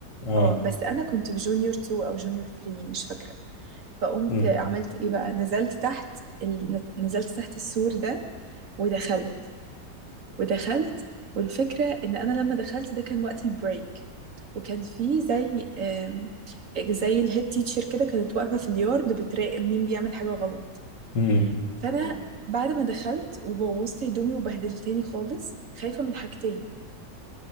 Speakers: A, on the left; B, on the right.
A: اه
B: اه بس انا كنت في جونيور 2 او جونيور 3 مش فاكرة فقمت
A: امم
B: عملت ايه بقى نزلت تحت ال... نزلت تحت السور ده ودخلت ودخلت والفكرة ان انا لما دخلت ده كان وقت البريك وكان في زي آم، زي الهيد تيتشر كده كانت واقفة في اليارد بتراقب مين بيعمل حاجة غلط
A: امم
B: فانا بعد ما دخلت وبوظت هدومي وبهدلتني خالص خايفه من حاجتين